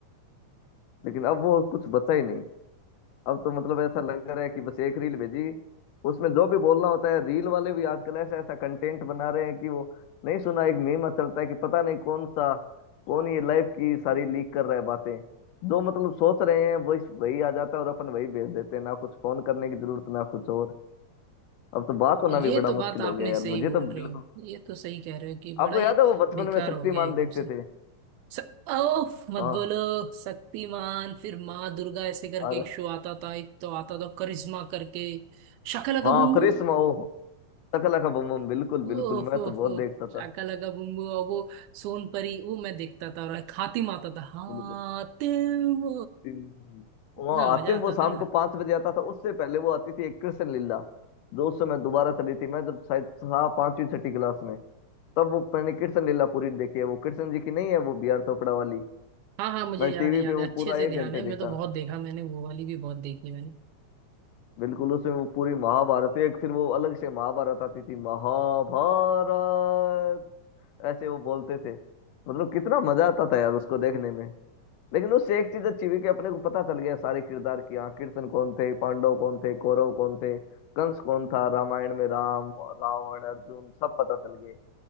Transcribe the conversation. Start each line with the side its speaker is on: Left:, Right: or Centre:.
Left: लेकिन अब वो कुछ बचा ही नहीं अब तो मतलब ऐसा लग रहा है कि बस एक रील भेजी उसमें जो भी बोलना होता है रील वाले भी आजकल ऐसा ऐसा कंटेंट बना रहे हैं कि वो नहीं सुना एक मीम चलता है कि पता नहीं कौन सा कौन ये लाइफ की सारी लीक कर रहा है बातें जो मतलब सोच रहे हैं वही वही आ जाता है और अपन वही भेज देते हैं ना कुछ फोन करने की जरूरत ना कुछ और अब तो बात होना
Right: ये
Left: भी बड़ा
Right: तो बात
Left: मुश्किल
Right: आपने
Left: हो गया यार
Right: सही
Left: मुझे
Right: बोल
Left: तो
Right: रही
Left: बिल्कुल
Right: हो ये तो सही कह रहे हो कि बड़ा
Left: आपको
Right: ही
Left: याद है वो बचपन
Right: बेकार
Left: में शक्तिमान
Right: हो गया एकदम
Left: देखते
Right: से
Left: थे
Right: स- ओह मत
Left: हाँ
Right: बोलो शक्तिमान फिर माँ दुर्गा ऐसे करके
Left: अरे
Right: एक शो आता था एक तो आता था करिश्मा करके शाका लाका
Left: हाँ
Right: बूम
Left: कृष्ण
Right: बूम
Left: ओ शकला का बम बम बिल्कुल
Right: ओह
Left: बिल्कुल मैं तो
Right: ओह
Left: बहुत
Right: ओह
Left: देखता था
Right: शाका लाका बूम बूम और वो सोन परी वो मैं देखता था और एक हातिम आता था हातिम
Left: बिल्कुल हम्म,
Right: इतना
Left: वहाँ आतिम
Right: मजा आता
Left: वो शाम
Right: था ना
Left: को पांच बजे आता था उससे पहले वो आती थी एक कृष्ण लीला जो उस समय दोबारा चली थी मैं जब शायद था पांचवी छठी क्लास में तब वो मैंने कृष्ण लीला पूरी देखी है वो कृष्ण जी की नहीं है वो बी आर चोपड़ा वाली
Right: हाँ हाँ मुझे
Left: मैंने
Right: याद
Left: टीवी
Right: है याद
Left: पे वो
Right: है अच्छे
Left: पूरा
Right: से
Left: एक
Right: ध्यान
Left: घंटे
Right: है मैं
Left: देखा
Right: तो बहुत देखा मैंने वो वाली भी बहुत देखी मैंने
Left: बिल्कुल उसमें वो पूरी महाभारत एक फिर वो अलग से महाभारत आती थी महाभारत ऐसे वो बोलते थे मतलब कितना मजा आता था यार उसको देखने में लेकिन उससे एक चीज अच्छी हुई कि अपने को पता चल गया सारे किरदार की हाँ कृष्ण कौन थे पांडव कौन थे कौरव कौन थे कंस कौन था रामायण में राम रावण अर्जुन सब पता चल गए